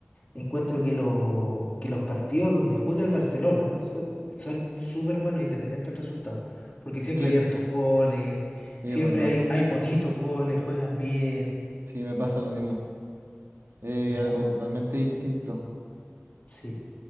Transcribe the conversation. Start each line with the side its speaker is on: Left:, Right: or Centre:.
Left: Encuentro que, lo- que los partidos donde juega el Barcelona son, son súper buenos, independiente del resultado. Porque siempre
Right: Sí,
Left: hay hartos goles,
Right: sí,
Left: siempre
Right: es verdad.
Left: hay, hay bonitos goles, juegan bien.
Right: Sí, me pasa lo mismo. Eh,
Left: No,
Right: algo totalmente distinto.
Left: sí,